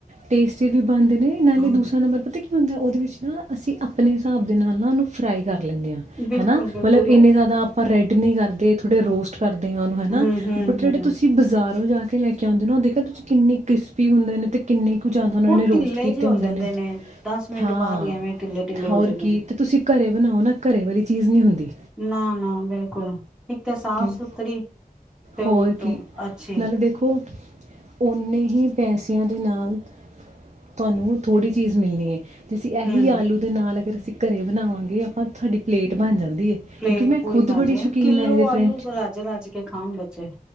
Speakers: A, on the right (about 50°); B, in the centre.
A: ਟੇਸਟੀ ਵੀ ਬਣਦੇ ਨੇ ਨਾਲੇ
B: ਹਾਂ
A: ਦੂਸਰਾ ਨੰਬਰ ਪਤਾ ਕੀ ਹੁੰਦਾ ਉਹਦੇ ਵਿੱਚ ਨਾ ਅਸੀਂ ਆਪਣੇ ਹਿਸਾਬ ਦੇ ਨਾਲ ਨਾ ਉਹਨੂੰ ਫਰਾਈ ਕਰ ਲੈਂਦੇ ਹਾਂ
B: ਬਿਲਕੁਲ
A: ਹਨਾ
B: ਬਿਲਕੁਲ
A: ਮਤਲਬ ਇੰਨੇ ਜ਼ਿਆਦਾ ਆਪਾਂ ਰੈੱਡ ਨੀ ਕਰਦੇ ਥੋੜੇ ਰੋਸਟ ਕਰਦੇ ਆ ਉਹਨੂੰ ਹਨਾਟ
B: ਹੂੰ ਹੂੰ
A: ਜਿਹੜੇ
B: ਹੂੰ
A: ਤੁਸੀਂ ਬਾਜ਼ਾਰ ਜਾ ਕੇ ਲੈ ਕੇ ਆਉਂਦੇ ਨਾ ਦੇਖ ਤੁਸੀਂ ਕਿੰਨੇ ਕ੍ਰਿਸਪੀ ਹੁੰਦੇ ਨੇ ਤੇ ਕਿੰਨੇ ਕੁ ਜਾਂਦਾ ਉਹਨਾਂ
B: ਉਹ
A: ਨੇ ਰੋਸਟ
B: ਢਿੱਲੇ
A: ਕੀਤੇ
B: ਜੇ ਹੋ
A: ਹੁੰਦੇ
B: ਜਾਂਦੇ
A: ਨੇ
B: ਦਸ ਮਿੰਟ
A: ਹਾਂ
B: ਬਾਅਦ ਹੀ ਐਵੇਂ ਢਿੱਲੇ ਢਿੱਲੇ
A: ਹੋਰ
B: ਹੋ ਜਾਂਦੇ
A: ਕੀ
B: ਨੇ
A: ਤੇ ਤੁਸੀਂ ਘਰੇ ਬਣਾਓ ਨਾ ਘਰੇ ਵਾਲੀ ਚੀਜ਼ ਨਹੀਂ ਹੁੰਦੀ
B: ਨਾ ਨਾ ਬਿਲਕੁਲ ਇੱਕ ਤਾਂ ਸਾਫ਼
A: ਕਿਉਂ
B: ਸੁਥਰੀ ਤੇ
A: ਹੋਰ
B: ਉਹਤੋਂ
A: ਕੀ
B: ਅੱਛੇ
A: ਨਾਲੇ ਦੇਖੋ ਓਨੇ ਹੀ ਪੈਸਿਆਂ ਦੇ ਨਾਲ ਤੁਹਾਨੂੰ ਥੋੜ੍ਹੀ ਚੀਜ਼ ਮਿਲਣੀ ਜਸੀਂ ਇਹੀ
B: ਹੂੰ
A: ਆਲੂ ਦੇ ਨਾਲ ਫਿਰ ਅਸੀਂ ਘਰ ਬਣਾਵਾਂਗੇ ਆਪਾਂ ਤੁਹਾਡੀ ਪਲੇਟ ਬਣ ਜਾਂਦੀ ਹੈ
B: ਪਲੇਟ
A: ਕਿਉਂਕਿ ਮੈਂ
B: ਪੂਰੀ
A: ਖੁਦ
B: ਪਾ
A: ਬੜੀ
B: ਜਾ
A: ਸ਼ੌਕੀਨ
B: ਕਿੱਲੋ
A: ਹੈ ਇਹਦੇ ਫਰੈਂਚ
B: ਆਲੂ ਰਾਜੇ ਰੱਜ ਕੇ ਖਾਣ ਬੱਚੇ